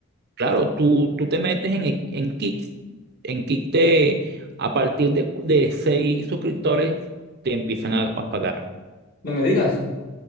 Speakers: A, on the right; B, on the left.
A: Claro, tú, tú te metes en, e, en Kick, en Kick te, a partir de, de seis suscriptores te empiezan a, a pagar.
B: No me digas.